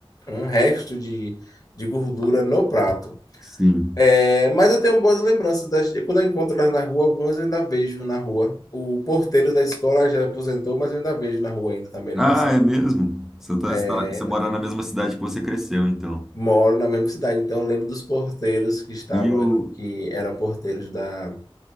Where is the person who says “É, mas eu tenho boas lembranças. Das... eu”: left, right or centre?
Left